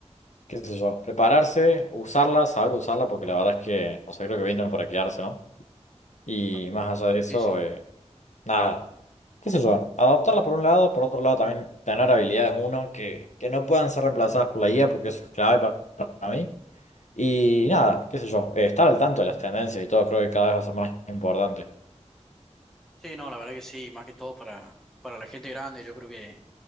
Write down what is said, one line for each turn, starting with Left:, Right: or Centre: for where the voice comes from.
Left: qué sé yo, prepararse, usarla, saber usarla, porque la verdad es que, o sea, creo que vino para quedarse, ¿no? Y
Centre: Ah,
Left: más allá de
Centre: Sí,
Left: eso,
Centre: sí.
Left: eh, nada, qué sé yo, adaptarla por un lado, por otro lado también tener habilidades, uno, que, que no puedan ser reemplazadas por la IA, porque eso es clave para para mí. Y nada, qué sé yo, eh, estar al tanto de las tendencias y todo creo que cada vez va a ser más importante.
Centre: Sí, no, la verdad que sí, más que todo para, para la gente grande, yo creo que